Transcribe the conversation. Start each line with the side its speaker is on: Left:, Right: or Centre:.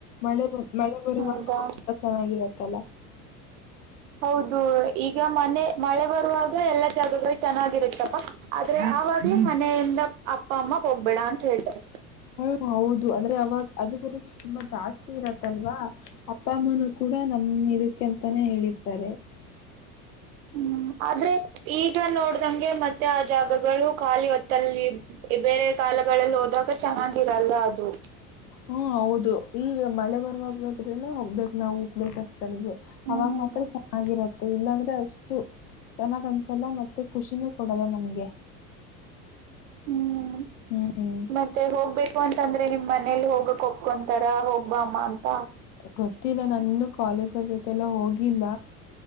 Left: ಮಳೆ ಮಳೆ ಬರುವರೆಗೂ
Right: ಹೌದಾ
Left: ತುಂಬಾ ಚೆನ್ನಾಗಿರುತ್ತಲ್ಲ.
Right: ಹೌದು ಈಗ ಮನೆ ಮಳೆ ಬರುವಾಗ ಎಲ್ಲಾ ಜಾಗಗಳು ಚೆನ್ನಾಗಿರುತ್ತಪ್ಪ ಆದ್ರೆ. ತಪ್ಪುಮನೆಯಿಂದ ಅಪ್ಪ ಅಮ್ಮ ಹೋಗ್ಬೇಡ ಅಂತ ಹೇಳ್ತಾರೆ.
Left: ಹ್ಮ ಹೌದು ಅದ್ರೆ ಅವಾಗ ಅದು ಬರೆ ತುಂಬಾ ಜಾಸ್ತಿ ಇರತ್ತಲ್ವಾ ಅಪ್ಪ ಅಮ್ಮನ್ ಕೂಡ ನಮ್ಮೂರಕ್ಕಿಂತ ನೇ ಹೇಳಿದ್ದಾರೆ.
Right: ಹ್ಮ್ ಆದ್ರೆ ಈಗ ನೋಡ್ದಂಗೆ ಮತ್ತೆ. ಮತ್ತೆ ಆ ಜಾಗಗಳು ಖಾಲಿ ಹೊತ್ತಲ್ಲಿ ಬೇರೆ ಕಾಲಗಳಲ್ಲಿ ಹೋದಾಗ ಚೆನ್ನಾಗಿರಲ್ಲ ಅದು.
Left: ಹ್ಮ್ ಹೌದು ಈಗ ಮಳೆ ಬರುವಾಗ ತ್ರಿನೆ ಹಬ್ಬಕ್ಕೂ ನಾವು ಪ್ಲೇಸಸ್ ಗಳಿಗೆ
Right: ಹ್ಮ್
Left: ಅವಾಗ ಮಾತ್ರ ಚೆನ್ನಾಗಿರತ್ತೆ. ತು ಇಲ್ಲಾಂದ್ರೆ ಅಷ್ಟು ಚೆನ್ನಾಗ್ ಅನ್ಸಲ್ಲ ಮತ್ತೆ ಖುಷಿನೂ ಕೊಡಲ್ಲ ನಮ್ಗೆ.
Right: ಹ್ಮ್
Left: ಹ್ಮ್
Right: ಮತ್ತೆ ಹೋಗ್ಬೇಕು ಅ. ಯಾಕೆ ಅಂದ್ರೆ ನಿಮ್ಮ್ ಮನೇಲಿ ಓದಕ್ಕೆ ಒಪ್ಕೊಂತಾರ ಹೋಗ್ ಬಾಮ್ಮ ಅಂತ.
Left: ಗೊತ್ತಿಲ್ಲ ನಾನಿನ್ನು ಕಾಲೇಜು ಜೊತೆಲ್ಲೆ ಹೋಗಿಲ್ಲ